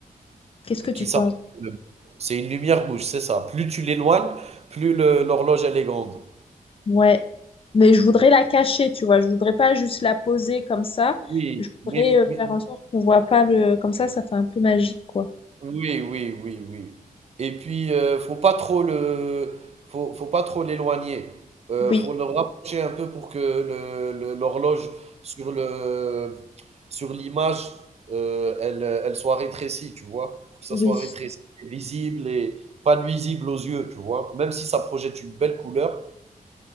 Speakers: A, on the left (about 40°); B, on the right (about 45°).
A: Qu'est-ce que tu
B: qui
A: penses?
B: s'applique sur le c'est une lumière rouge, c'est ça. Plus tu l'éloignes, plus le l'horloge elle est grande.
A: Ouais, mais je voudrais la cacher, tu vois. Je voudrais pas juste la poser comme ça.
B: Oui,
A: Je
B: mais
A: voudrais euh,
B: mais
A: faire en sorte qu'on voit pas le. Comme ça, ça fait un peu magique, quoi.
B: Oui, oui, oui, oui. Et puis, heu, faut pas trop le faut faut pas trop l'éloigner. Heu,
A: Oui,
B: faut le rapprocher un peu pour que le le l'horloge sur le sur l'image, heu, elle, elle soit rétrécie, tu vois? Pour que ça
A: oui.
B: soit rétréci et visible et pas nuisible aux yeux, tu vois? Même si ça projette une belle couleur